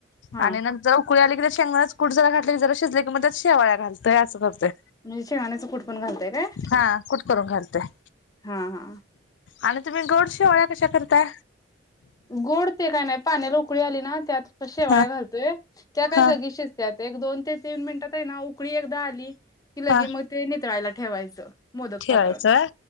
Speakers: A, on the left (about 20°); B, on the left (about 80°).
A: हा
B: आणि नंतर उकळू आली की शेंगणाच कुठ जरा घातली क जरा शिज क मग त्या शवया घलतय असं करतय.
A: म्हणजे शेगाण्या च कुट पण घालते काय
B: हा कूट करून घालतोय
A: हा हा
B: आणि तम् गोड शिवळ्या कश्या करता.
A: गोडते काय नाही पाण्याला उकळी आली ना त्यात क शेवाळ्या
B: हा
A: घालतोय त्या काय
B: हा
A: लगेशच त्या ते एक दोन ते तीन मिनिटात आहे ना उकळी एकदा आली. किग
B: हा
A: मग ते नित्रायला ठेवायचं. मोदक
B: ठेवायचं
A: पात्रात